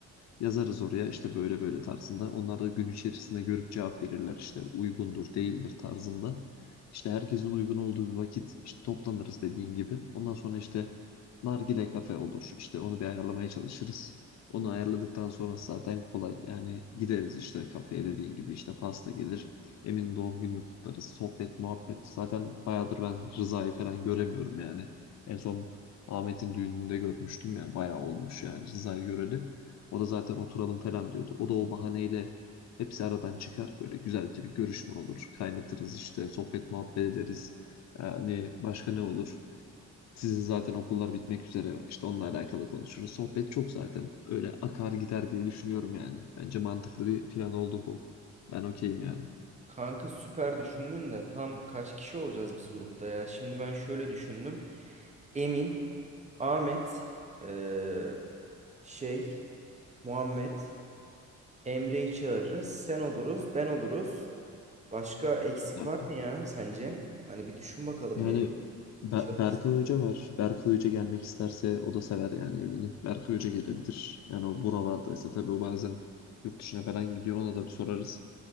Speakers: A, on the left; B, on the right.
A: Yazarız oraya işte böyle böyle tarzında. Onlar da gün içerisinde görüp cevap verirler işte uygundur değildir tarzında. İşte herkesin uygun olduğu bir vakit işte toplanırız dediğin gibi. Ondan sonra işte nargile kafe olur. İşte onu bir ayarlamaya çalışırız. Onu ayarladıktan sonrası zaten kolay. Yani gideriz işte kafeye dediğin gibi işte pasta gelir. Emin doğum gününü kutlarız. Sohbet, muhabbet. Zaten bayağıdır ben Rıza'yı falan göremiyorum yani. En son Ahmet'in düğününde görmüştüm yani bayağı olmuş yani Rıza'yı göreli. O da zaten oturalım falan diyordu. O da o bahaneyle hepsi aradan çıkar. Böyle güzelce bir görüşme olur. Kaynatırız işte sohbet muhabbet ederiz. Yani başka ne olur? Sizin zaten okullar bitmek üzere işte onunla alakalı konuşuruz. Sohbet çok zaten öyle akar gider diye düşünüyorum yani. Bence mantıklı bir plan oldu bu. Ben okeyim yani.
B: Kanka süper düşündün de tam kaç kişi olacağız biz grupta ya? Şimdi ben şöyle düşündüm. Emin, Ahmet, eee, şey, Muhammed, Emre'yi çağırırız. Sen oluruz, ben oluruz. Başka eksik
A: Ya-
B: var mı ya sence? Hani bir düşün bakalım
A: Yani
B: bir.
A: Be-
B: çalış-
A: Berkay Hoca var. Berkay Hoca gelmek isterse o da sever yani eminim. Berkay Hoca gelebilir. Yani o buralardaysa tabii o bazen yurt dışına falan gidiyor. Ona da bir sorarız.